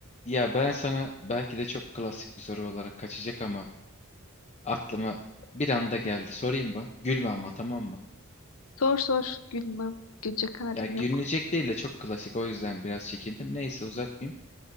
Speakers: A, on the left; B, on the left.
A: Ya ben sana belki de çok klasik bir soru olarak kaçacak ama aklıma bir anda geldi. Sorayım mı? Gülme ama tamam mı?
B: Sor sor gülmem. Gülecek halim
A: Ya gülünecek
B: yok.
A: değil de çok klasik o yüzden biraz çekindim. Neyse uzatmayayım.